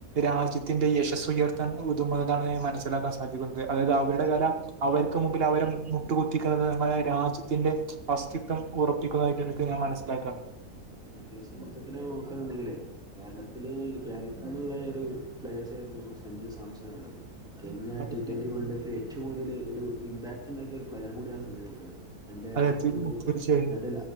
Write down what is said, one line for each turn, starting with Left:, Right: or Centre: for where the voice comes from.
Right: രാജ്യത്തിന്റെ യശസ്സുയർത്താൻ ഒ ങ്ങുന്നതാണ് ഞാൻ മനസ്സിലാക്കാൻ സാധിക്കുന്നുണ്ട് അതായത് അവരുടെ കല അവർക്ക് മുകിൽ അവരെ മുട്ടുകുത്തിക്കുന്നത് നമ്മടെ രാജ്യത്തിന്റെ അസ്തിത്ത്വം ഉറപ്പിക്കുന്നതായിട്ട് എനിക്ക് ഞാൻ മനസ്സിലാക്കാണ്
Centre: അത്യാവ്യം മൊത്തത്തില് നോക്കന്നുണ്ടെങ്കിലേ കേരളത്തില് കേരളത്തിലുള്ള ഒരു പ്ലേയേഴ്സ് ആയിരുന്നു സഞ്ജു സാംസൺ ഉള്ളത് കഴിഞ്ഞ
Right: അതെ
Centre: ടി ട്വന്റി വേൾഡ് കപ്പിൽ ഏറ്റവും കൂതല് ഒരു ഇമ്പാക്ട് ഉണ്ടാക്കിയ ഒരു പ്ലെയർ കൂടിയാണ് സഞജു സംസാൺ. തൻ്റെ
Right: അതെ
Centre: <unintelligible>
Right: തീർച്ചയായും
Centre: തൻ്റെ